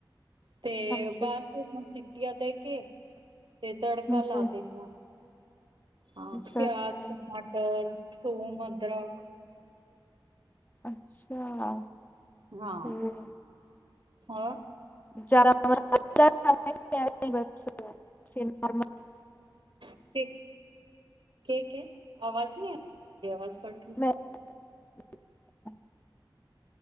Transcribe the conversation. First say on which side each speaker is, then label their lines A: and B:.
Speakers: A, on the right; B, on the left.
A: ਤੇ
B: ਹਾਂਜੀ
A: ਬਾਅਦ ਚੋਂ <unintelligible> ਸੀਟੀਆਂ ਦੇ ਕੇ ਤੇ ਤੜਕਾ
B: ਹਾਂਜੀ
A: ਲਾ ਦੇਣੀ ਆਂ। ਹਾਂ,
B: ਅੱਛਾ-ਅੱਛਾ,
A: ਪਿਆਜ, ਟਮਾਟਰ, ਥੂਮ, ਅਦਰਕ।
B: ਅੱਛਾ।
A: ਹਾਂ,
B: ਫੇਰ
A: ਹੋਰ?
B: <inaudible>
A: ਠੀਕ, ਠੀਕ ਏ, ਆਵਾਜ਼ ਨਈਂ ਆ, ਆਵਾਜ਼ ਕਟ ਰੀ
B: <inaudible> <unintelligible>